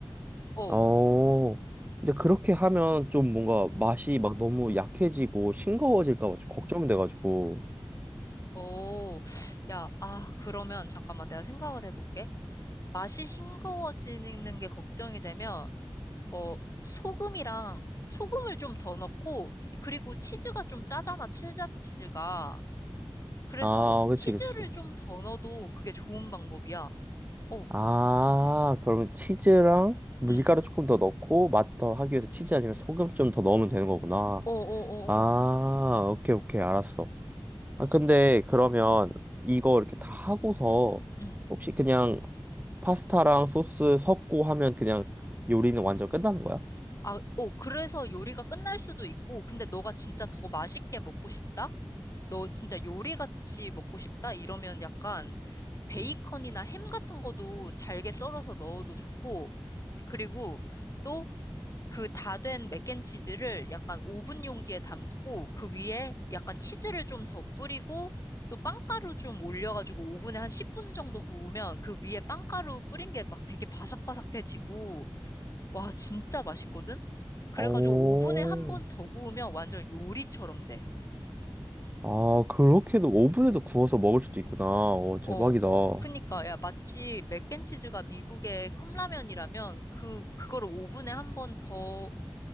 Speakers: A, on the left; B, on the right.
A: 어.
B: 어. 이제 그렇게 하면 좀 뭔가 맛이 막 너무 약해지고 싱거워질까 봐 좀 걱정돼가지고.
A: 오, 야, 아, 그러면 잠깐만 내가 생각을 해볼게. 맛이 싱거워지는 게 걱정이 되면, 어, 소금이랑, 소금을 좀 더 넣고, 그리고 치즈가 좀 짜잖아, 칠자 치즈가. 그래서
B: 아, 그치,
A: 치즈를
B: 그치.
A: 좀 더 넣어도 그게 좋은 방법이야. 어,
B: 아, 그러면 치즈랑 밀가루
A: 응.
B: 조금 더 넣고 맛 더 하기 위해서 치즈 아니면 소금 좀 더 넣으면 되는 거구나.
A: 어, 어, 어,
B: 아,
A: 어.
B: 오케이, 오케이, 알았어. 아, 근데 그러면 이거 이렇게 다 하고서
A: 응.
B: 혹시 그냥 파스타랑 소스 섞고 하면 그냥 요리는 완전 끝나는 거야?
A: 아, 어, 그래서 요리가 끝날 수도 있고, 근데 너가 진짜 더 맛있게 먹고 싶다? 너 진짜 요리같이 먹고 싶다? 이러면 약간, 베이컨이나
B: 음.
A: 햄 같은 거도 잘게 썰어서 넣어도 좋고, 그리고 또 그 다 된 맥앤치즈를 약간 오븐 용기에 담고, 그 위에 약간 치즈를 좀 더 뿌리고, 또 빵가루 좀 올려가지고 오븐에 한 10분 정도 구우면 그 위에 빵가루 뿌린 게 막 되게 바삭바삭해지고, 와, 진짜 맛있거든? 그래가지고
B: 오,
A: 오븐에 한 번 더 구우면 완전 요리처럼 돼.
B: 아, 그렇게도 오븐에도 구워서 먹을 수도 있구나. 오, 대박이다.
A: 어,
B: 어,
A: 그니까, 야, 마치 맥앤치즈가 미국의 컵라면이라면 그, 그거를 오븐에 한 번 더